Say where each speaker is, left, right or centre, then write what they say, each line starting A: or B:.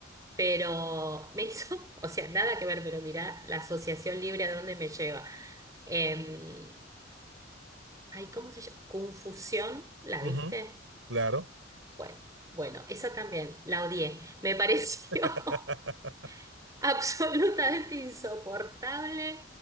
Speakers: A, on the right; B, on the right.
A: Pero me hizo, <laughs> o sea, nada que ver, pero mirá la asociación libre a dónde me lleva. Eh, ay, ¿cómo se llama? Confusión, ¿la
B: Ujú,
A: viste?
B: Claro.
A: Bueno, bueno, esa también, la odié, me pareció.
B: <laughs>
A: <laughs> <laughs> absolutamente insoportable,